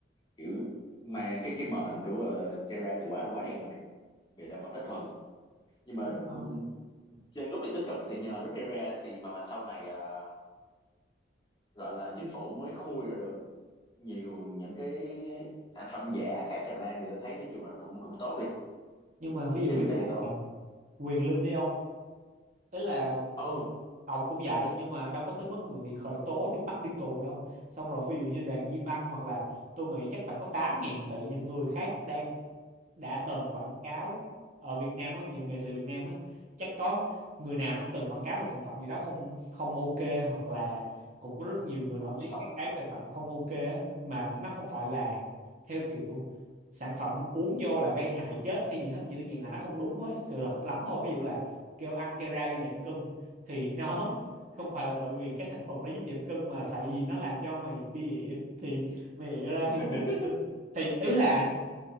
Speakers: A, on the left (about 25°); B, on the right (about 45°).
A: kiểu mà cái cái mệnh của uh, Terra thì quá quá đen rồi bị là vật tới thần nhưng mà
B: đúng không
A: ừ, trên góc nhìn tích cực thì nhờ Rút ra thì mà mà sau này à, gọi là chính phủ mới khui ra được nhiều những cái sản phẩm giả khác tràn lan thì tôi thấy nói chung là cũng cũng tốt đi
B: nhưng mà ví dụ
A: cái
B: như
A: việc đó
B: là
A: thì tốt
B: Quyền Linh đi ông ý là
A: ừ
B: ông cũng vậy nhưng mà đâu có tới mức mà bị khởi tố đi bắt đi tù đâu xong rồi ví dụ như Đoàn Di Băng hoặc là tôi nghĩ chắc phải có 8 ngàn tỷ những người khác đang đã từng quảng cáo ở Việt Nam á những nghệ sĩ Việt Nam á chắc có người nào cũng từng quảng cáo một sản phẩm gì đó không không ok hoặc là cũng có rất nhiều người
A: không
B: nổi
A: đúng sự
B: tiếng
A: thật
B: khác bán sản phẩm không ok á, mà nó không phải là theo kiểu sản phẩm uống vô là gây hại chết hay gì hết chỉ đơn giản là nó không đúng với sự thật lắm thôi ví dụ là kêu ăn Kera vô giảm cân thì nó <laughs> không phải là bởi vì cái thành phần nó giúp giảm cân mà tại vì nó làm cho mày đi ỉa thì mày ỉa ra thì
A: <laughs>
B: mày giảm cân thì ý là